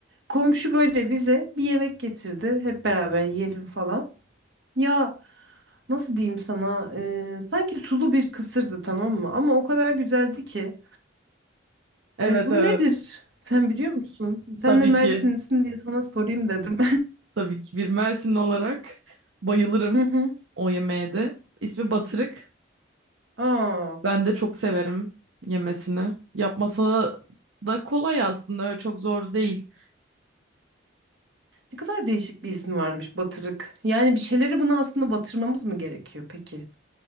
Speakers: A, on the right (about 70°); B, on the right (about 85°).
A: Komşu böyle bize bir yemek getirdi. Hep beraber yiyelim falan. Ya Nasıl diyeyim sana? Ee, sanki sulu bir kısırdı tamam mı? Ama o kadar güzeldi ki.
B: Evet
A: Ee, bu
B: evet.
A: nedir? Sen biliyor musun? Sen
B: Tabii
A: de Mersinlisin
B: ki.
A: diye sana sorayım dedim.
B: Tabii ki. Bir Mersinli olarak bayılırım
A: <laughs> Hı hı.
B: o yemeğe de. İsmi batırık.
A: Aa,
B: Ben de çok severim yemesini. Yapması da kolay aslında. Öyle çok zor değil.
A: ne kadar değişik bir ismi varmış batırık. Yani bir şeyleri buna aslında batırmamız mı gerekiyor peki?